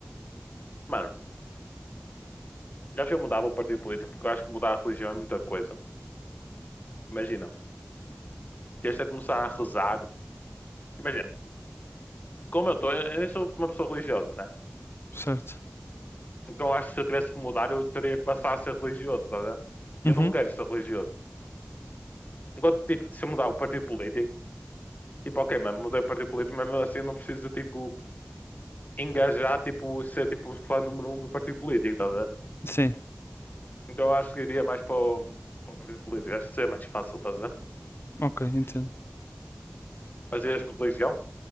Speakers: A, on the left; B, on the left.
A: mano, eu acho que eu mudava o partido político porque eu acho que mudar a religião é muita coisa. Imagina, tens de começar a rezar. Imagina, como eu estou, eu eu nem sou uma pessoa religiosa, né?
B: Certo.
A: Então acho que se eu tivesse que mudar, eu teria que passar a ser religioso, tá a ver? Eu
B: Uhum.
A: não quero ser religioso. Enquanto, tipo, se eu mudar o partido político, tipo, ok, mano, mudei o partido político, mas mesmo assim eu não preciso, de, tipo, engajar, tipo, ser, tipo, fã número um do partido político, tá a ver?
B: Sim,
A: Então eu acho que iria mais para o, para o partido político, acho que seria mais fácil, tá a ver?
B: Ok, entendo.
A: Mas irias com religião?